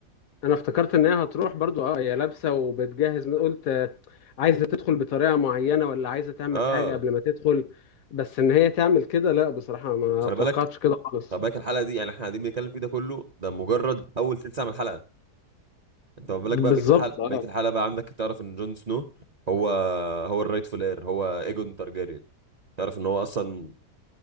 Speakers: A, on the left; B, on the right.
A: انا افتكرت ان هي هتروح برضو اه هي لابسه وبتجهز من قلت آه، عايزه تدخل بطريقه معينه ولا عايزه تعمل
B: اه
A: حاجه قبل ما تدخل بس ان هي تعمل كده لا بصراحه ما
B: خلي
A: توقعتش
B: بالك
A: كده خالص
B: خلي بالك الحلقه دي يعني احنا قاعدين بنتكلم فيه ده كله ده مجرد اول ثلث ساعه من الحلقه انت ما بالك
A: بالظبط
B: بقى بقيه الحلقه
A: اه
B: بقيه الحلقه بقى عندك تعرف ان جون سنو هو هو الرايتفul اير هو ايجون تارجيريان تعرف ان هو اصلا